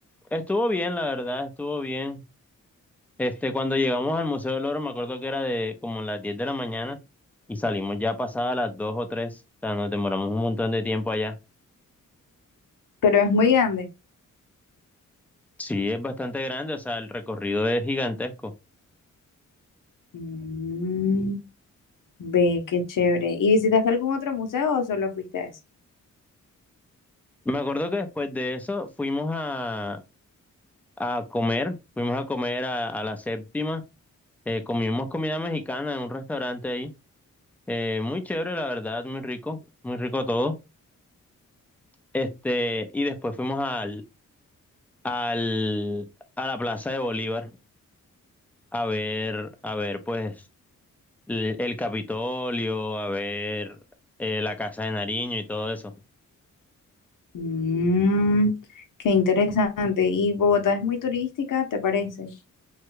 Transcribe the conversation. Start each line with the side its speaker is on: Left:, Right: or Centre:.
Centre: estuvo bien, la verdad, estuvo bien. Este, cuando llegamos al Museo del Oro, me acuerdo que era de como las 10 de la mañana y salimos ya pasadas las 2 o 3, o sea, nos demoramos un montón de tiempo allá.
Left: Pero es muy grande.
Centre: Sí, es bastante grande, o sea, el recorrido es gigantesco.
Left: Mm, ve, qué chévere. ¿Y visitaste algún otro museo o solo fuiste a ese?
Centre: Me acuerdo que después de eso fuimos a, a comer, fuimos a comer a, a la séptima, eh, comimos comida mexicana en un restaurante Eh, muy chévere, la verdad, muy rico, muy rico todo. Este, y después fuimos al, al, a la Plaza de Bolívar a ver, a ver, pues, el, el Capitolio, a ver eh, la Casa de Nariño y todo eso.
Left: Mm, qué interesante. ¿Y Bogotá es muy turística, te parece?